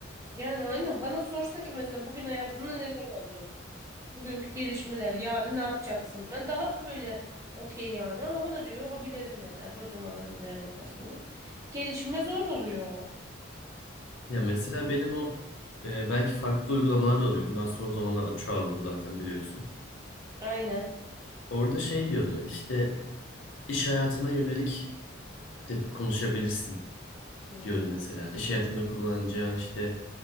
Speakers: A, on the right; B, on the left.
A: Yani aynen bana sorsa ki mesela bugün hayatında neler oldu? Bugünkü gelişmeler, yarın ne yapacaksın? Ben daha böyle okey yani ama bana diyor hobilerin neler, boş zamanlar neler yaparsın bana. Gelişme zor oluyor.
B: Ya mesela benim o e, belki
A: Hı hı.
B: farklı uygulamalar da oluyor. Bundan son zamanlarda çoğaldı zaten biliyorsun.
A: Aynen.
B: Orada şey diyordu işte iş hayatına yönelik de konuşabilirsin
A: Hmm.
B: diyordu mesela. İş hayatında kullanacağın işte